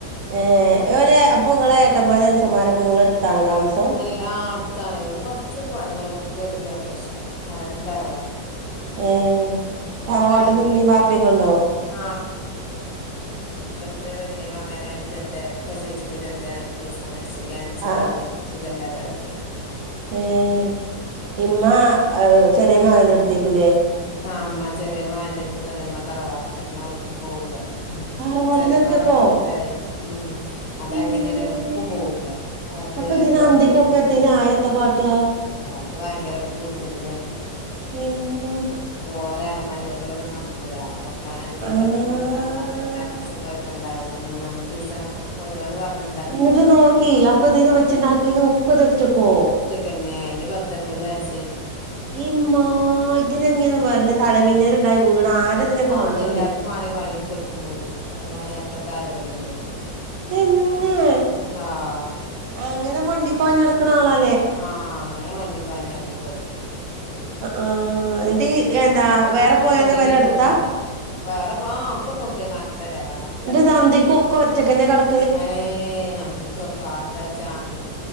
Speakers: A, on the right; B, on the left.
A: ഏഹ്, ഓലെ അപ്പൊ ഇങ്ങളെ ഏട്ടന്മാർ അൻസൻമാരൊക്കെ ഇങ്ങളെ അടുത്താണോ താമസം.
B: ഇല്ലാ ആ അടുത്താണ്. ഒരു കൊറച്ചണ്ട് പോയ മതി. ഒരു മുപ്പത് ഉർപ്യ ഓട്ടർക്ഷ അവിടെണ് തറവാട്.
A: ഏഹ് തറവാട്ടില്
B: അയില്
A: ഇമ്മിം വാപ്പിയൊക്കെണ്ടോ?
B: ആ ഇന്റെ വല്ല്യ മകനെ ഇരത്തെ പ്രസവിച്ചിട്ട് ഇരുപത്തെഴാമത്തെ ദിവസ മരിച്ചത്. ക്യാൻസർ
A: ആ
B: ഏന്ന്. സുഖല്ലാതെ കെടക്കേന്നു.
A: ഏഹ് ഇമ്മ ചെറിയ മകന്റെ ഏടുത്തേക്കൂല്ലേ
B: ആഹ് ഇമ്മ ചെറിയ മകന്റെ അടുത്തൊന്നു അല്ല ഇമ്മ തറവാട്ടിലാ ഇമ്മ എവുടുക്കും പോവൂല
A: തറവാട്ടില്
B: ചെറിയ
A: ഒറ്റക്കോ
B: മകനാ അപ്പുറത്ത് പേര കേറ്റിക്ക്ണ് ഉം അത്
A: ഇമ്മേ
B: അങ്ങെനെണ് എവുട്ക്കും പോവൂല്ല അത്
A: അപ്പൊ ഇതിന്
B: ഒരു മക്കളെടുത്തുക്കും
A: അന്തിക്കൊക്കെ എത്തിയില്ലേ
B: പോവൂല
A: ആയ എത്ത കാട്ടുക
B: ആഹ് അത് ഭയങ്കര കുറ്റത്തിയാണ്
A: ഹിമ്മ
B: പോരാണ് മരുവക്കളെന്നും കണ്ടൂട കൊക്കാണ് എനിക്ക്
A: ആഹ്
B: കഞ്ഞപ്പൊ <inaudible> ഇബടെ വന്നാ തന്നെ രണ്ടീസം ഇണ്ടാവൂല്ല മൂന്നാമത്തെ ദിവസം ഓരോന്ന് പറഞ്ഞ
A: ഇങ്ങട്ട് നോക്കി അപ്പൊ ഇതിന് വെച്ചുണ്ടാക്കല് ഒകെ ഇത് ഒറ്റക്കോ
B: കെന്നെ അയിന് പത്ത് എൻമ്പത്ത് വയസായിക്ക്ണ്
A: ഇമ്മാ ഇതിനങ്ങെനെ വല്ല തലമിന്നൽ ഉണ്ടായി വീണാ ആര ഇതിനൊക്കെ
B: അത്
A: കാണണേ
B: എല്ലാർക്കും
A: ഇതി
B: വാണേ പണിട്ത്തൊട്ക്കും പോയിറ്റ്. അഹ് വാണേ അത്രക്ക് ആരോഗ്യണ്ടയ്ന്.
A: തന്നെ
B: ആഹ്
A: അങ്ങനെ വണ്ടി പാഞ്ഞു നടക്ക്ണെ ആളാ
B: ആഹ് അങ്ങനെ വണ്ടിപ്പാഞ് നടക്കും അത്
A: ആഹ് എന്നിട്ട് ഈ എന്താ
B: ആഹ്
A: വേറെ പോയോന്റെ
B: ഒതുങ്ങിക്കൊന്നുല്ല
A: പേര അടുത്താ
B: വേറെ ആ ഒക്കെ നോക്കിയാ കാണ് ണ പെരേളാണ് അടുത്തടുത്താണ്
A: എന്നിട്ട് അന്തിക് ഒകെ ഒറ്റകെന്നെ കട്
B: ഏഹ് അന്തിക്കൊക്കെ ആരട്